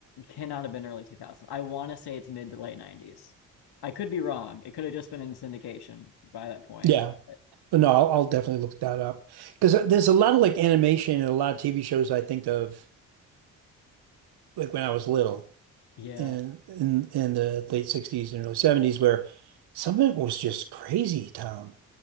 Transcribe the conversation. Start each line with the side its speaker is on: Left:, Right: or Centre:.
Left: cannot have been early 2000s. I want to say it's mid to late 90s. I could be wrong. It could have just been in syndication by that point.
Right: Yeah.
Left: But
Right: But no, I'll, I'll definitely look that up because there's a lot of like animation and a lot of TV shows I think of like when I was little
Left: yeah.
Right: and in in the late 60s and early 70s where some of it was just crazy town.